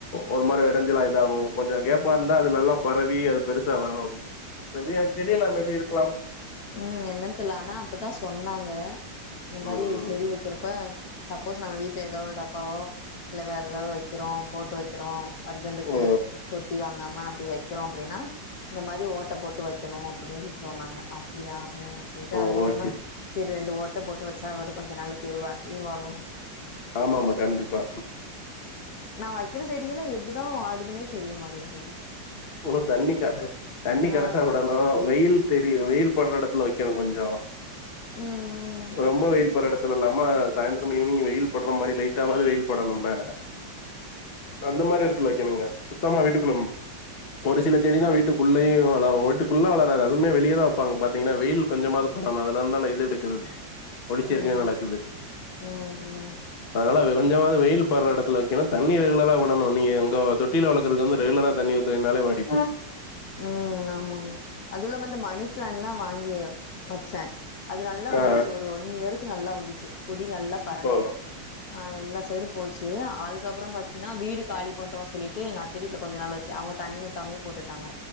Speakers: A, on the left; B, on the left.
A: ஒரு மாதிரி விடைஞ்சலா இதாகு கொஞ்ச கேப்பா இருந்தா அது நல்லா பரவி அது பெருசா வரணு தெரியலா மேபி இருக்கலா
B: ம் என்னன்னு தெரல ஆனா அப்பத்தா சொன்னாங்க இந்த மாதிரி
A: ம் ம்.
B: செடி வைக்கிறப்ப சப்போஸ் நம்ம வீட்டில் ஏதாவோ டப்பாவோ இல்லை வேறு ஏதாவது வைக்கிறோ போட்டு வைக்கிறோ அர்ஜென்டுக்கு
A: ஓ!
B: தொட்டி வாங்காம அப்படி வைக்க க்கிறோ அப்படின்னா இந்த மாதிரி ஓட்டை போட்டு வைக்கணு அப்படின்னு சொன்னாங்க அப்படியா சொல்லிட்டு
A: ஓ!
B: அதுக்கப்புற
A: ஓகே.
B: தா சரி ரெண்டு ஓட்டை போட்டு வச்சா அதைட்டு கொஞ்ச நாளைக்கு உயர்வழு
A: ஆமா ஆமா கண்டிப்பா
B: நான் வைக்கிற செடிகல்ல எப்படிதா வாடுதுனே தெரியமாட்டேன்றது
A: உனு தண்ணி கர தண்ணி
B: ஆ
A: கரெக்டா விடணு வெயில் தெரிய வெயில் படுற இடத்துல கில கொஞ்சோ
B: ம் ம்
A: ரொம்ப வெயில் போடுற இடத்துல இல்லாம சாயந்திரம் ஈவினிங் வெயில் படுற மாதிரி லைட்ட ஆவது வெயில் படணும்ல அந்த மாதிரி இடத்துல வைக்கேணுங்க சுத்தமா வீட்டுக் ஒரு சில செடி தா வீட்டுக்குள்ளேயே வள வீட்டுக்குள்ளே வளராது அதுமே வெளியே தா வைப்பாங்க பா்த்தீங்கன்னா வெயில் கொஞ்சமாவது படணு அதுல இருந்து தானே இது எடுக்கிறது ஒளிச்ச
B: ம்
A: இருக்குன்னு நடக்குது
B: ம் ம் ம்
A: அதனால கொஞ்சமாவது வெயில் படுற இடத்து தண்ணி ரெகுலரா விடணு நீங்க எங்க தொட்டில வளர்க்கறக்கு வந்து ரெகுலரா தண்ணி ஊத்துனிகனாலே வாடி
B: ம் ஆமாங்க அதுவு இல்லாம இந்த மணி பிளான் எல்லா வாங்கி வச்சே அது நல்லா
A: ஆ,
B: வந்துச்சு ஒரு ஒன்னு இயருக்கு நல்லா வந்துச்சு குடி நல்லா பரண்டு
A: இப்போ
B: ஆ எல்லா சைடு போச்சு அதுக்கப்புற பாத்தீங்கன்னா வீடு காலி பண்றோ சொல்லிட்டு எங்க அத்தை வீட்ல கொஞ்ச நாள் வச்சு அவங்க தண்ணி ஊத்தாமே போட்டுட்டாங்க